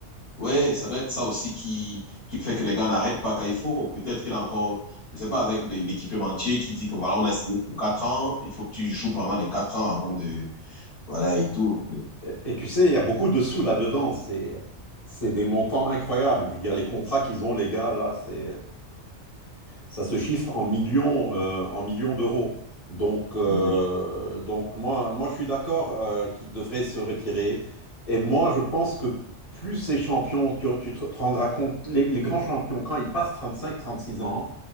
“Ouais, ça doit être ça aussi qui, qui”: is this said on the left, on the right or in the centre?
Left